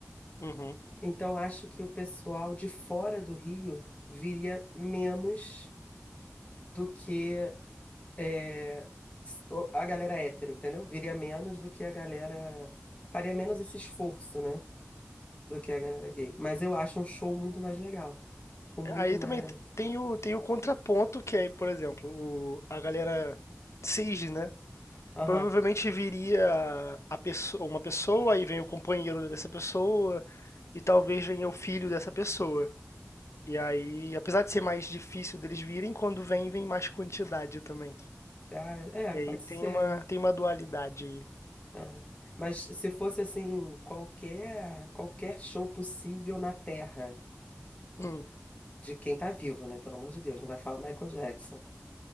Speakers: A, on the left; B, on the left.
A: uhum.
B: Então acho que o pessoal de fora do Rio viria menos do que é, o- a galera é hétero, entendeu? Viria menos do que a galera. Faria menos esse esforço, né? Do que a galera gay. Mas eu acho um show muito mais legal. Com muito
A: Aí
B: mais.
A: também t- tem o, tem o contraponto, que é, por exemplo, o, a galera Sage, né?
B: Aham.
A: Provavelmente viria a pessoa, uma pessoa, aí vem o companheiro dessa pessoa, e talvez venha o filho dessa pessoa. E aí, apesar de ser mais difícil deles virem, quando vem, vem mais quantidade também.
B: Ah, é,
A: E
B: pode
A: aí
B: ser.
A: tem uma, tem uma dualidade aí.
B: Aham. Mas se fosse assim, qualquer, qualquer show possível na Terra,
A: Hum,
B: de quem tá vivo, né? Pelo amor de Deus, não vai falar Michael Jackson.